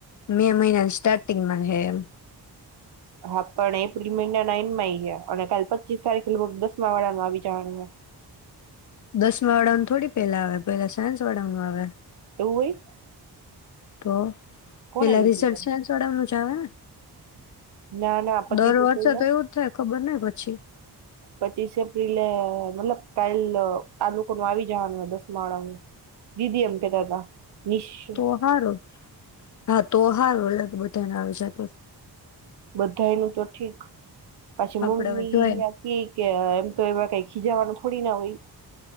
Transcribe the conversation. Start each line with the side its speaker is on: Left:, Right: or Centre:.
Left: મે મહિનાની સ્ટાર્ટિંગમાં હે એમ.
Right: હા પણ એપ્રિલ મહિનાના એન્ડમાં એયે ગયા અને કાલે પચીસ તારીખનું દસમા વાળા નું આવી જવાનું.
Left: દસમા વાળા નું થોડું પેલા આવે, પેલા સાયન્સ વાળાનું આવે.
Right: એવું હોય.
Left: તો.
Right: કોને
Left: પેલા રિઝલ્ટ
Right: કીધું
Left: સાયન્સ વાડાનું ચાલને
Right: તને ના ના પચીસ
Left: દર વર્ષે
Right: એપ્રિલ
Left: તો એવું જ થાય, ખબર નહીં પછી.
Right: પચીસ એપ્રિલે મતલબ કાલ, આ લોકોનું આવી જવાનું દસમાં વાળાનું. દીદી એમ કહેતા તા. <unintelligible>
Left: તો હારો હા તો હારું અલગ બધાના આવી જાતેજ.
Right: બધાએયે નું તો ઠીક, પાછી
Left: આપડે
Right: મમ્મી
Left: હવે જોય
Right: કેયેતી કે, એમ તો એમાં કઈ ખીજાવાનું થોડી ના હોય.